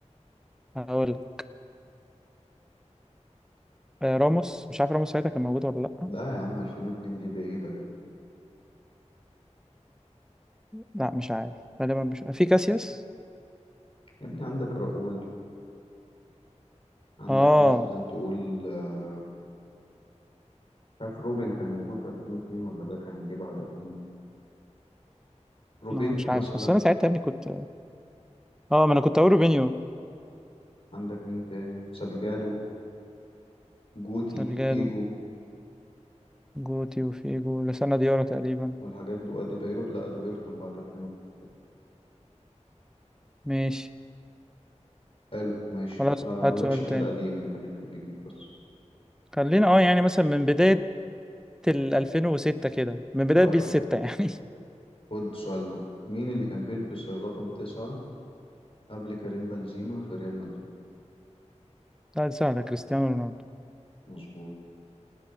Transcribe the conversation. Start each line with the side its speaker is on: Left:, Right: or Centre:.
Centre: هقول آه راموس مش عارف راموس ساعتها كان موجود ولا لأ
Left: لا يا عم 2002 دي بعيدة يا ابني
Centre: لا مش عارف غالبا مش في كاسياس
Left: يا ابني عندك راؤول عندك
Centre: اه
Left: مثلا تقول آه، مش عارف روبن كان موجود في 2002 ولا ده كان جه بعد 2002 روبينيو
Centre: ما مش
Left: مثلا
Centre: عارف بس انا ساعتها يا ابني كنت اه ما انا كنت اقول روبينيو
Left: عندك مين تاني سالجادو جوتي
Centre: سالجادو
Left: فيجو
Centre: جوتي وفيجو لسنا ديارة تقريبا
Left: والحاجات دي واديبايور لا اديبايور كان بعد 2002 تقريبا
Centre: ماشي
Left: حلو ماشي
Centre: خلاص
Left: آه
Centre: هات
Left: مالكش
Centre: سؤال
Left: في
Centre: تاني
Left: القديم انت ليك في الجديد بس
Centre: خلينا اه يعني مثلا من بداية ال 2006 كده من بداية
Left: طيب
Centre: بيس 6 يعني
Left: خد السؤال ده مين اللي كان بيلبس الرقم تسعة قبل كريم بنزيما في ريال مدريد
Centre: لا دي سهلة كريستيانو رونالدو
Left: مظبوط